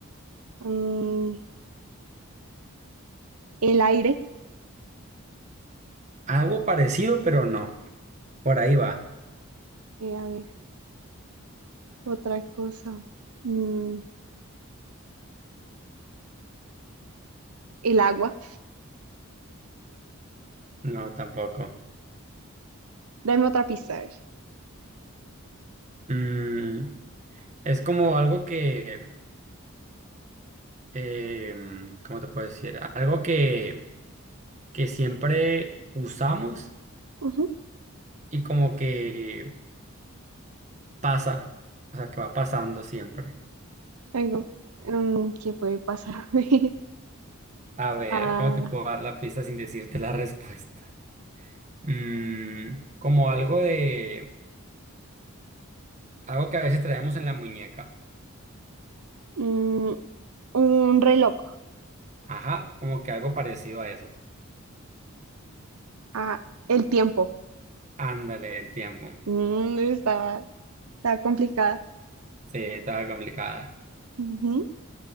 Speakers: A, on the right (about 90°); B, on the right (about 30°).
A: Mm, el aire.
B: Algo parecido, pero no. Por ahí va.
A: Eh, a ver, otra cosa. Mm, el agua.
B: No, tampoco.
A: Dame otra pista, a ver.
B: Mm, es como algo que, eh, ¿cómo te puedo decir? Algo que... que siempre usamos
A: Ujú.
B: y como que pasa, o sea, que va pasando siempre.
A: Algo, mm, que puede pasar <laughs>
B: A ver,
A: a
B: ¿cómo te puedo dar la pista sin decirte la <laughs> respuesta? Mm, como algo de, algo que a veces traemos en la muñeca.
A: mm, un reloj,
B: Ajá, como que algo parecido a eso.
A: a el tiempo.
B: Ándale, el tiempo.
A: Mm, está, está complicada.
B: Sí, estaba complicada.
A: Ujú.